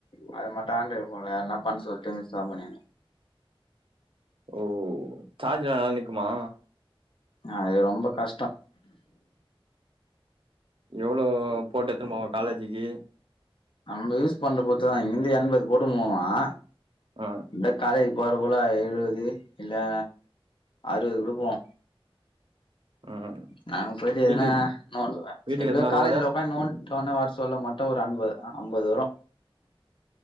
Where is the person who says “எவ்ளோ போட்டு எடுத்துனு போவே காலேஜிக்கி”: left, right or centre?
Right